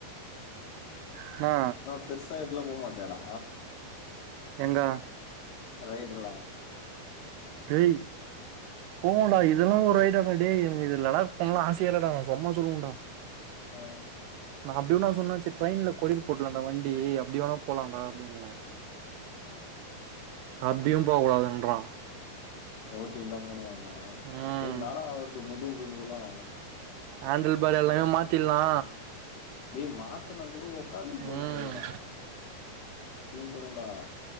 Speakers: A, on the right; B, on the left.
A: என்னா
B: அப் பெர்சா ஆய்ட்லா போ மாட்டியாடா
A: எங்க
B: ரைட்டுலா
A: <unintelligible> டேய் போங்கடா இதலா ஒரு ஐடியாவா டேய் எனுக்கு இ இல்லனாக் பன்லா ஆசையேயில்லடா சொம்மா சொல்லுவோண்டா
B: ஆ
A: நா அப்டி ஒன்னா சொன்னாச்சு ட்ரெயின்ல கோரியர் போட் லான்டா வண்டி அப்டி வோனா போலாண்டா அப்டின்ன அப்டியு போ கூடாதுன்றா
B: ஓட்டின்தா போணுமாமா
A: ம்
B: டேய் இன்னாடா ஆவற்து முதுவு கிதுவ்லா
A: ஆண்டில் பார் எல்லாமே மாத்தில்லா
B: டேய் மாத்துனா கூட ஒக்காந்துனுக் போ
A: ம்
B: முடியாதடா தீஞ்சிறுண்டா